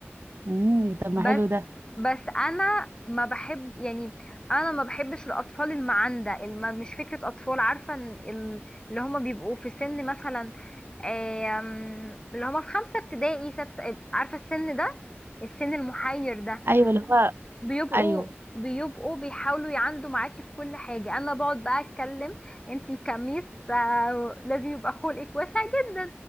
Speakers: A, on the right; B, on the left.
A: امم طب ما
B: بس
A: حلو ده
B: بس انا ما بحب يعني انا ما بحبش الاطفال المعندة الم... مش فكرة اطفال عارفة إن ال- اللي هما بيبقوا في سن مثلا آم، اللي هما في خمسة ابتدائي ست عارفة السن ده السن المحير ده
A: ايوه اللي هو
B: بيبقوا
A: ايوه
B: بيبقوا بيحاولوا يعندوا معاكي في كل حاجة انا بقعد بقى اتكلم انتي كميس آه، لازم يبقى خلقك واسع جدا